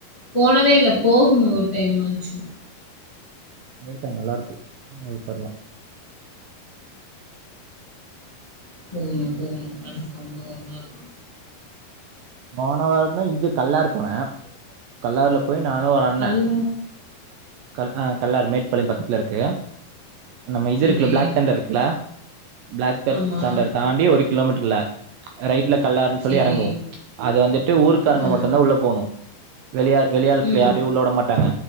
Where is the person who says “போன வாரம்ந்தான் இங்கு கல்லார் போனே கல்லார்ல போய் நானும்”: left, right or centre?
Right